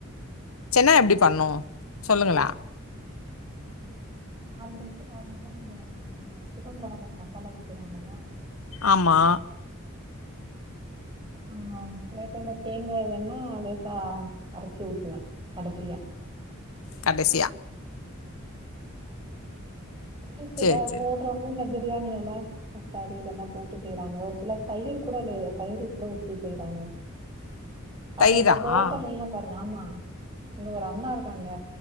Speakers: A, on the left; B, on the right.
A: சென்னா எப்டி பண்ணு சொல்லுங்களே
B: நா வந்து நார்மல்க்கு நார்மலா இந்த சிக்கன் கொழம்பு மசாலா வெக்கிறோ இல்லையா
A: ஆமா
B: ஆ லேசா இந்த தேங்காய் எண்ணெ லேசா அரச்சி ஊத்துவே கடசியா
A: கடசியா
B: அப்டி சிலர்
A: சேரி சேரி
B: போட்றாங்க இந்த வெ பிரியாணி எல தக்காளி இதெல்லா போட்டு செய்றாங்க சிலர் தயிரு கூட அதுல தயிரு கூட ஊத்தி செய்றாங்க
A: <unintelligible>
B: அப்ப
A: தயிரா
B: இந்த ஹோட்டல் எல்லா பாருங்க ஆமா இங்க ஒரு அண்ணா இருக்கறாங்க